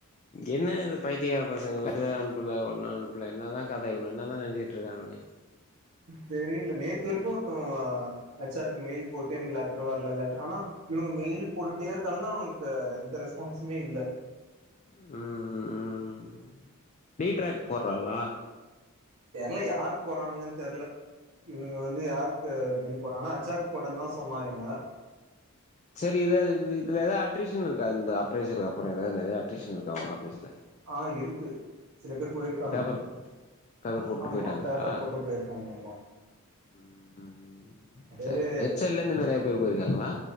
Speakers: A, on the left; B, on the right.
A: என்ன இது பைத்தியகார பசங்க லெட்டர்யு அனுப்புல ஒன்னு அனுப்புல என்ன தா கத இவங்க என்னதா நெனச்சிட்டு இருக்கானுங்க
B: தெரில நேத்து வரைக்கு ஒருத்தவே எச் ஆர் ருக்கு மெயில் போட்டு எனக்கு லெட்ரு வர்ல லெட்ரு ஆனா இவுனுங்க மெயில் போட்டுட்டே இருக்கானுங்கா அவுங்கக்கு எந்த ரெஸ்பான்ஸுமே இல்ல
A: ம் ம் ம் டிட்ராக் போடுறாலா
B: தெர்ல யாரு போறாங்கன்னு தெர்ல இவனுங்க வந்து யாருக்கு மெயில் ஒரு ஆனா அச்ஆர் க்கு போட்டேனு தா சொன்னா இவுங்க
A: சேரி இது இதுல ஏதா அட்ரிஷன் இருக்கா இந்த அப்ரைசலுக்கு அப்புறோ ஏதா நெறைய அட்ரிஷன் இருக்கா ஓ ஆஃபீஸ்ல
B: ஆ இருக்கு சில பேர் போயிருக்காங்க
A: பேப்பர் பேப்பர் போட்டு
B: ஆமா
A: போயிட்டாங்களா
B: பேப்பர் போட்டு போயிருக்காங்க ஆமா
A: ம்
B: அதேவே
A: சேரி சே எச்எல்ல இருந்து நெறைய பேர் போயிருக்காங்களா